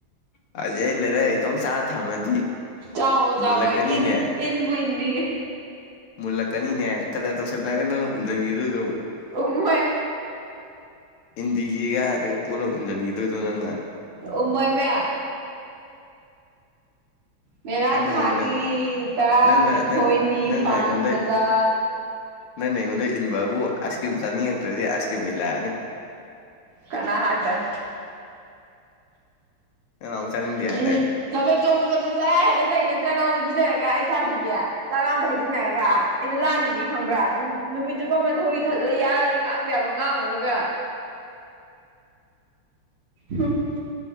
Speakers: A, on the left; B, on the right.
A: ꯍꯧꯖꯤꯛ ꯑꯩꯅ ꯂꯩꯔꯛ ꯂꯩꯇꯣꯡ ꯆꯥꯔ ꯊꯝꯃꯗꯤ
B: ꯆꯥꯎꯑꯣ
A: ꯃꯨꯜꯂꯛꯀꯅꯤꯅꯦ
B: ꯆꯥꯎꯑꯣ ꯑꯩ ꯏꯟ ꯏꯟꯕꯨ ꯏꯟꯕꯤꯒꯦ
A: ꯃꯨꯜꯂꯛꯀꯅꯤꯅꯦ ꯀꯗꯥꯏ ꯇꯧꯁꯟꯅꯔꯒ ꯅꯪꯅ ꯎꯟꯁꯤꯟꯈꯤꯗꯣꯏꯗꯣ
B: ꯎꯨꯝꯍꯣꯏ
A: ꯏꯟꯕꯤꯒꯤꯒ ꯑꯗꯒꯤ ꯇꯣꯠꯂꯒ ꯎꯝꯁꯤꯟꯈꯤꯗꯣꯏꯗꯣ ꯅꯪꯅ
B: ꯎꯃꫭꯏꯃꯦ ꯃꯦꯔꯥ
A: ꯑꯩ ꯈꯪꯉꯦ
B: ꯊꯥꯒꯤ
A: ꯅꯪ
B: ꯇꯔꯥꯅꯤꯊꯣꯏꯅꯤ
A: ꯅꯪꯅ ꯅꯪ ꯅꯪꯅ
B: ꯄꯥꯟꯕꯗ
A: ꯑꯩꯉꯣꯟꯗ ꯅꯪꯅ ꯑꯩꯉꯣꯟꯗ ꯏꯟꯕꯕꯨ ꯑꯥꯏꯁ ꯀ꯭ꯔꯤꯝ ꯆꯥꯅꯤꯡꯉꯛꯇ꯭ꯔꯗꯤ ꯑꯥꯏꯁ ꯀ꯭ꯔꯤꯝ ꯏꯜꯂꯛꯑꯅꯤ
B: ꯀꯅꯥ ꯍꯥꯏꯕ
A: ꯅꯪ ꯅꯍꯥꯟꯃꯨꯛ ꯆꯥꯅꯤꯡꯗꯦ
B: ꯎꯝ
A: ꯍꯥꯏꯗꯥꯏꯅꯦ
B: ꯊꯕ ꯑꯆꯣꯡꯕ ꯆꯠꯄꯗ ꯆꯔꯥ ꯍꯦꯜꯂ ꯆꯠꯏ ꯅꯠꯇ꯭ꯔ ꯅꯪꯉꯣꯟꯗ ꯄꯤꯖꯔꯒ ꯑꯩ ꯁꯥꯊꯕꯤ ꯆꯔꯥ ꯑꯝꯗ ꯍꯩꯖꯤꯟꯅꯔꯒ ꯑꯩꯗꯣ ꯂꯥꯝꯃꯤꯅꯤ ꯈꯪꯕ꯭ꯔꯥ ꯅꯨꯠ ꯅꯨꯃꯤꯠ ꯆꯨꯞꯄ ꯑꯃꯊꯧꯧꯔꯤ ꯊꯠꯂ ꯌꯥ ꯉꯥꯡꯕ ꯌꯥꯕ ꯉꯥꯡꯉꯨꯔꯒ ꯍ <unintelligible>